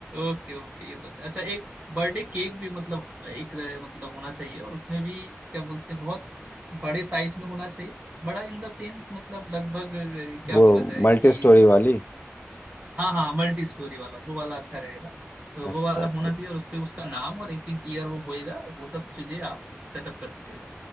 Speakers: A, on the right (about 40°); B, on the left (about 45°).
A: ओके ओके ये तो अच्छा अच्छा एक बर्थडे केक भी मतलब एक अ, मतलब होना चाहिए और उसमें भी क्या बोलते हैं बहुत बड़े साइज में होना चाहिए बड़ा इन द सेंस मतलब लगभग अ, क्या
B: वो
A: बोला जाए
B: मल्टी
A: कि
B: स्टोरी वाली
A: हाँ हाँ मल्टी स्टोरी वाला वो वाला अच्छा रहेगा तो
B: अच्छा
A: वो वाला
B: अच्छा
A: होना चाहिए और उस पर उसका नाम और 18 ईयर वो होएगा वो सब चीजें आप सेटअप कर दीजिएगा